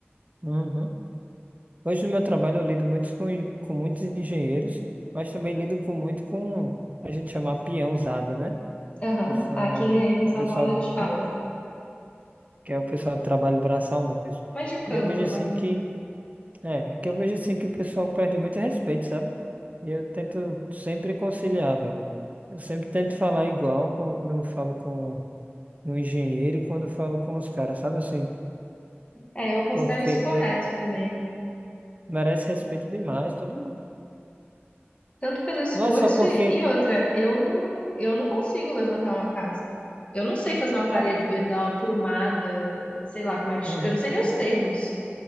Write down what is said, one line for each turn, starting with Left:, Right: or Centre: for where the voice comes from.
Right: Uhum. Hoje no meu trabalho eu lido muito com, com muitos engenheiros, mas também lido com muito com a gente chama peãozada, né?
Left: Aham.
Right: Que são
Left: Aqui, em- aqui
Right: o
Left: em São
Right: pessoal
Left: Paulo a
Right: do,
Left: gente fala
Right: que é o pessoal do trabalho braçal mesmo.
Left: mais de campo,
Right: E eu vejo assim
Left: né?
Right: que É, que eu vejo assim que o pessoal perde muito respeito, sabe? E eu tento sempre conciliar, velho. Eu sempre tento falar igual quando eu falo com um engenheiro e quando eu falo com os caras, sabe assim?
Left: É, eu considero
Right: Porque
Left: isso correto também.
Right: merece respeito demais todo mundo.
Left: Tanto pelo esforço
Right: Não é só porque.
Left: e, e outra, eu não, eu não consigo levantar uma casa. Eu não sei fazer uma parede,
Right: É,
Left: eh, dar uma aprumada, sei lá como é que.
Right: uhum,
Left: ch- Eu não sei nem os termos.